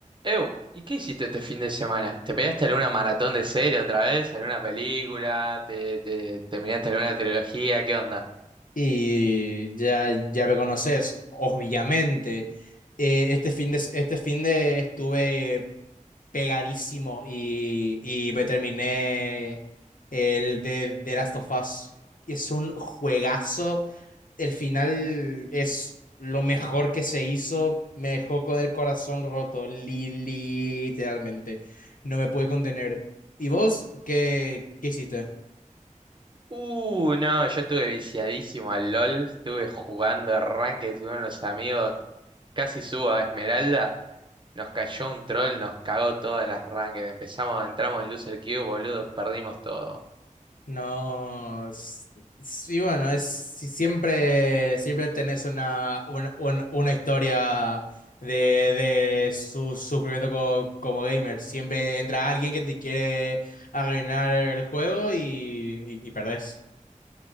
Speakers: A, on the right; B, on the left.
A: Eu, ¿y qué hiciste este fin de semana? ¿Te pegaste alguna maratón de serie otra vez? ¿Alguna película? ¿Te, te, terminaste alguna trilogía? ¿Qué onda?
B: y ya, ya me conoces, obviamente. Eh, este fin de, este fin de estuve pegadísimo y, y me terminé el de The Last of Us, que es un juegazo. El final es lo mejor que se hizo, me dejó con el corazón roto, li- literalmente. No me pude contener. ¿Y vos qué, qué hiciste?
A: Uh, no, yo estuve viciadísimo al LOL, estuve jugando arranque, estuve con los amigos, casi subo a Esmeralda, nos cayó un troll, nos cagó todas las ranked, empezamos, entramos en Loser Queue, boludo, perdimos todo.
B: No, s- sí, bueno, es si siempre, siempre tenés una, un- un- una historia de, de su sufrimiento co- como gamer. Siempre entra alguien que te quiere arruinar el juego y, y, y perdés.